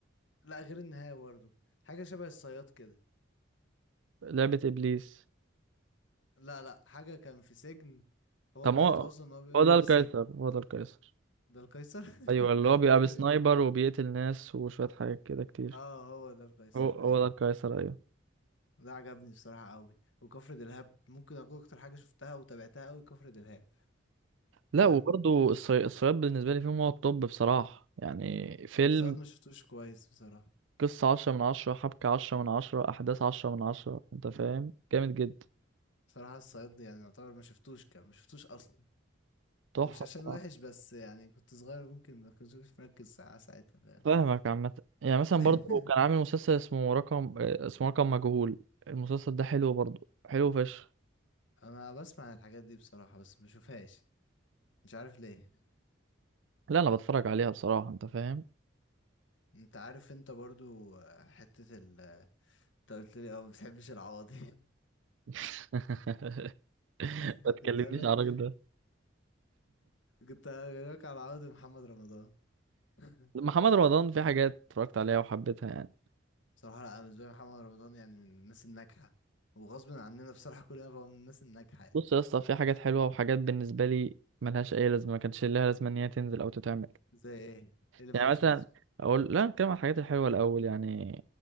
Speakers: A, on the left; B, on the right.
A: لا غير النهاية برضه حاجة شبه الصياد كده
B: لعبه ابليس
A: لا لا حاجة كان في سجن هو
B: طب
A: بدايته
B: هو
A: أصلا إن هو بيفضل
B: هو ده القيصر
A: في السجن
B: هو ده القيصر
A: ده القيصر
B: ايوه اللي هو بيبقى بسنايبر
A: <laughs>
B: وبيقتل ناس وشويه حاجات كده كتير
A: اه هو ده القيصر
B: هو هو
A: أيوه
B: ده القيصر ايوه
A: ده عجبني بصراحة أوي وكفر دلهاب ممكن أكون أكتر حاجة شفتها وتابعتها أوي كفر دلهاب
B: لا
A: فاهم
B: وبرضه الصي... الصياد بالنسبه لي فيهم هو الطب بصراحه يعني فيلم
A: الصياد ما شفتوش كويس بصراحة
B: قصه عشرة من عشرة حبكه عشرة من عشرة احداث عشرة من عشرة انت فاهم جامد جدا
A: بصراحة الصياد يعني يعتبر ما شفتوش كان ما شفتوش أصلا
B: تحفه
A: مش عشان
B: بصراحة.
A: وحش بس يعني كنت صغير ممكن ما كنتش مركز ساعة ساعتها فاهم
B: فاهمك عامه يعني مثلا
A: <laughs>
B: برضه كان عامل مسلسل اسمه رقم آه، اسمه رقم مجهول المسلسل ده حلو برضه حلو فشخ
A: انا بسمع الحاجات دي بصراحة بس بشوفهاش مش عارف ليه
B: لا انا بتفرج عليها بصراحه انت فاهم
A: انت عارف انت برضو آه، حتة ال انت قلت لي اه ما بتحبش العوضي
B: <laughs>
A: <laughs>
B: ما تكلمنيش
A: كنت اقول لك
B: على الراجل ده
A: كنت هقول لك على العوضي محمد رمضان <laughs>
B: محمد رمضان في حاجات اتفرجت عليها وحبيتها يعني
A: بصراحة لا أنا بالنسبة لي محمد رمضان يعني من الناس الناجحة وغصب عننا بصراحة كلنا بقى من الناس الناجحة يعني.
B: بص يا اسطى في حاجات حلوه وحاجات بالنسبه لي ملهاش اي لازمه ما كانش لها لازمه ان هي تنزل او تتعمل
A: زي ايه إيه اللي
B: يعني
A: ملوش
B: مثلا
A: لازمة
B: اقول لا نتكلم عن الحاجات الحلوه الاول يعني